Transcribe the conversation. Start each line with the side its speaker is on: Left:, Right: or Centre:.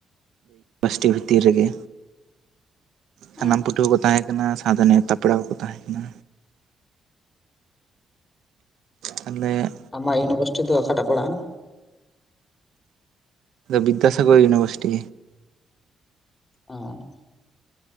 Right: ᱯᱥᱴᱤ ᱵᱷᱤᱛᱤᱨ ᱨᱮᱜᱮ ᱥᱟᱱᱟᱢ
Left: ᱚ
Right: ᱯᱟᱹᱴᱷᱩᱣᱟᱹ ᱠᱚ ᱛᱟᱦᱮᱸ ᱠᱟᱱᱟ ᱥᱟᱸᱫᱟᱱᱮ ᱛᱟᱯᱲᱟᱟᱣ ᱠᱚᱠᱚ ᱛᱟᱦᱮᱸ ᱠᱟᱱᱟ᱾ ᱛᱟᱦᱞᱮ
Left: ᱟᱟᱜ ᱤᱭᱩᱱᱤᱵᱷᱟᱨᱥᱤᱴᱤ ᱫᱚ ᱚᱠᱟᱴᱟᱜ ᱯᱟᱲᱟᱜᱼᱟ?
Right: ᱵᱤᱫᱫᱟᱥᱟᱜᱚᱨ ᱤᱭᱩᱱᱤᱵᱷᱟᱨᱥᱤᱴᱤ
Left: ᱚᱸ᱾